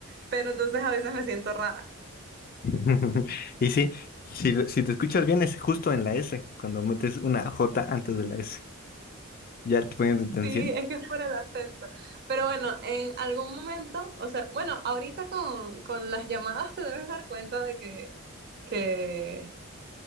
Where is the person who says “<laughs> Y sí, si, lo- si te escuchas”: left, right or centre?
Left